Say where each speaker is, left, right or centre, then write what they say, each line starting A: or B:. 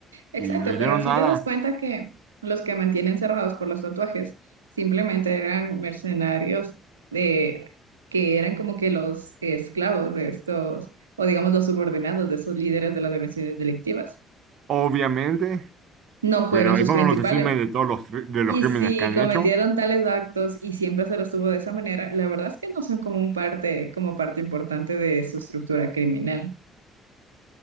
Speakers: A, on the right; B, on the right.
A: Exacto,
B: Y no hicieron
A: pero si
B: nada,
A: te das cuenta que los que mantienen cerrados por los tatuajes simplemente eran mercenarios de, que eran como que los esclavos de estos, o digamos los subordinados de esos líderes de las organizaciones delictivas.
B: obviamente,
A: No
B: pero
A: fueron sus
B: eso
A: principales.
B: no los exime de todos los, cri- de los
A: Y
B: crímenes
A: si
B: que han
A: cometieron
B: hecho.
A: tales actos y siempre se los tuvo de esa manera, la verdad es que no son como un parte, como parte importante de su estructura criminal.